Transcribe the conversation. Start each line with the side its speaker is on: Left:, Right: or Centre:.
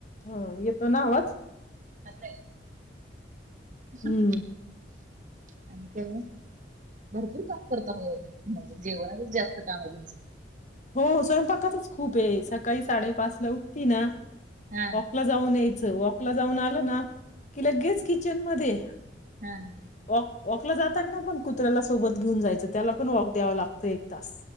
Left: होय तो नावच,
Right: आता हम्
Left: हम्म
Right: आणि भरपूर काम करता म जेवणाच जास्त काम आहे. तुमच,
Left: हो स्वयंपाकातच खूप आहे सका काही साडेपाचला उठती ना
Right: हा
Left: वॉकला जाऊन ये वॉकला जाऊन आलं ना कि लगेच किचन मध्ये,
Right: हम्म
Left: वॉक वॉकला जाताना पण कुत्र्याला सोबत घेऊन जायचं. त्याला पण वॉक द्यावं लागतं. एक तास